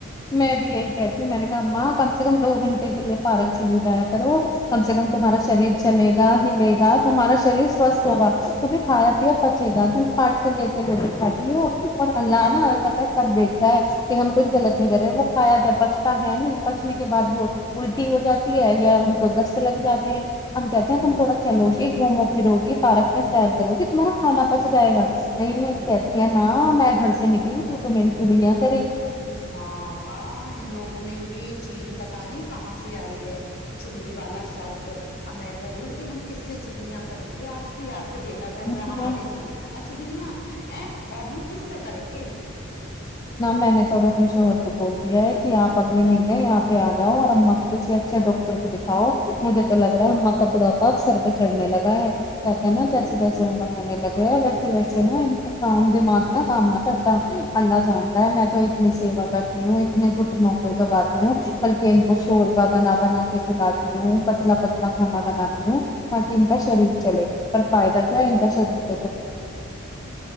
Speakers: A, on the left (about 20°); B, on the left (about 50°).
A: میں بھی یہی کہتی ہوں میں نے کہا ماں کم سے کم دو گھنٹے کے لیے پارک چلی جایا کرو کم سے کم تمہارا شریر چلے گا ہلےا تمہارا شریر سوستھ ہوگا تمہیں کھایا پیا پچے گا تم کھاٹ کے لیتے لیتے کھاتی ہو اور اللہ نہا پت ہے سب دیکھ ہے کہ ہم کچھ غط
B: ہ
A: نہیں کر رہے وہ کایا ج بچتا ہے نہیں پچھنے بعد وہ الٹی ہو جاتی ہے یا ان کو دست لگ جاتے ہیں ہم کہتے ہیں
B: ہ ہ
A: تم تھوڑا چلو گے پر ہوگی فارک میں سیر کروں کہ تمہارا کانا پچ جائے گا نہیں
B: بول
A: کہتی ہے ن میں گھر سے نکلی ت تو میری چگڑیا کری
B: ہاںپا ان لوگوں میں یہ چیز پتا نہیں کہاں سے آئی ہے چگلی والا شبد میں کہہ رہی ہوں کہ ہم کس سے چگلیاں کریں گے آپ کی آ کہ بیٹا
A: گی
B: تو انر ہماری سنی گا نا چگلں <inaudible> اور ہم کس سے کریں گے
A: ہاں میں نے تو اب اپنے شوہر کو بول دیا ہے کہ آپ اگے مہینے یہاں پہ آ جاؤ اور اما کو کسی اچھے ڈاکٹر کو دکھاؤ مجھے تو لگ رہا ہے اما کا بڑاپا ا سر پہ چڑھنے لگا ہے کہتے نا
B: ہوں
A: جیسے جیےمر ہونے لگے ویسے ویسے نہ پر کام د مات نہ کامنا کرتا اللہ میں تو اتنی سیوا کرتی ہوں اتنے گھٹنوں کو دباتی ہوں بلکہ ان کو شوربا بنا بنا کے پلاتی ہوں پتلا پتلا کھانا بناتی ہوں تاکہ ان کا شریر <inaudible> پر فائد کیا انجشر میں